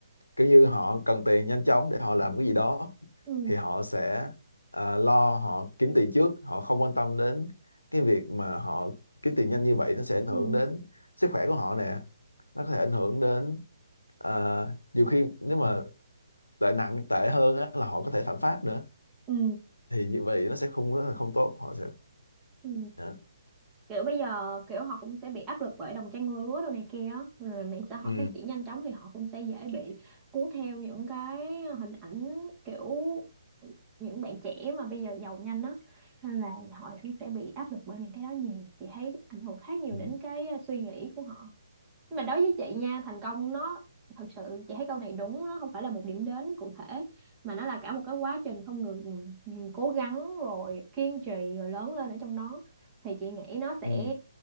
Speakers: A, on the left; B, on the right.
A: kiểu như họ cần tiền nhanh chóng để họ làm cái gì đó
B: Ừ,
A: thì họ sẽ ờ, lo họ kiếm tiền trước họ không quan tâm đến cái việc mà họ kiếm tiền nhanh như vậy nó sẽ ảnh
B: ừ,
A: hưởng đến sức khỏe của họ nè nó có thể ảnh hưởng đến ờ, nhiều khi nếu mà tệ nặng tệ hơn á, là họ có thể phạm pháp nữa
B: ừ,
A: thì như vậy nó sẽ không rất là không tốt họ sẽ
B: ừ.
A: Dạ.
B: kiểu bây giờ kiểu họ cũng sẽ bị áp lực bởi đồng trang lứa đồ này kia á. rồi mạng xã hội
A: ừ
B: phát triển nhanh chóng thì họ cũng sẽ dễ bị cuốn theo những cái hình ảnh kiểu những bạn trẻ mà bây giờ giàu nhanh á nên là họ cũng sẽ bị áp lực bởi những cái đó nhiều chị thấy ảnh hưởng khá nhiều
A: ừ
B: đến cái à, suy nghĩ của họ nhưng mà đối với chị nha thành công nó thật sự chị thấy câu này đúng nó không phải là một điểm đến cụ thể mà nó là cả một cái quá trình không ngừng ngừng cố gắng rồi kiên trì rồi lớn lên ở trong đó thì chị nghĩ nó sẽ
A: ừ